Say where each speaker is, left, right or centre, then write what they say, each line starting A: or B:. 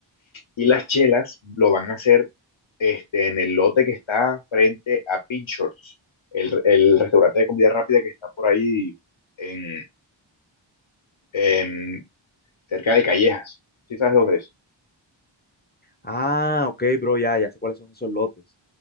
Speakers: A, on the left; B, on the left.
A: Y las chelas lo van a hacer este, en el lote que está frente a Pinchers, el, el restaurante de comida rápida que está por ahí en, en- cerca de Callejas. ¿Sí sabes dónde es?
B: Ah, ok, bro, ya, ya sé cuáles son esos lotes.